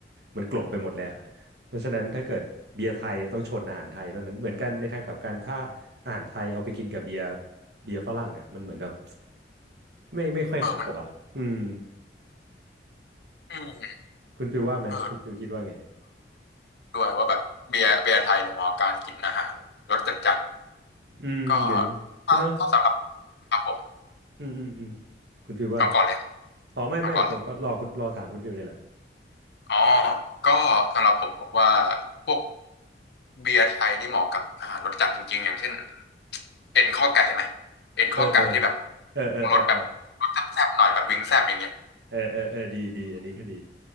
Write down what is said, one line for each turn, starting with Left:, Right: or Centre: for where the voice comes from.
Right: มันกลบไปหมดเลยอ่ะเพราะฉะนั้นถ้าเกิดเบียร์ไทยต้องชนอาหารไทยเท่านั้นเหมือนกันในทางกลับกันถ้าอาหารไทยเอาไปกินกับเบียร์เบียร์ฝรั่งอ่ะมันเหมือนแบบไม่ไม่ค่อยเข้าอ่ะอืม
Left: เออมันอืม
Right: คุณฟิลว่าไหมคุณฟิลคิดว่าไง
Left: เออด้วยว่าแบบเบียร์เบียร์ไทยเนี่ยเหมาะกับการกินอาหารรสจัดจัด
Right: อืมหรือใช่เนอะ
Left: ก็ถ้าถ้าสำหรับครับผม
Right: อืมอืมอืมคุณฟิลว่า
Left: เอาก่อนเลย
Right: อ๋อไม่ไม่ผมก็รอคุณรอถามคุณฟิลเนี่ยแหละ
Left: เอาก่อนเลยอ๋อก็สำหรับผมผมว่าพวกเบียร์ไทยนี่เหมาะกับอาหารรสจัดจริงๆอย่างเช่นเอ็นข้อไก่ไหมเอ็นข้อไก่ที่แบบ
Right: เออเออเออเออเออ
Left: รสแบบรสแซ่บๆหน่อยแบบวิงแซ่บอย่างเงี้ย
Right: เออเออเออดีดีอันนี้ก็ดี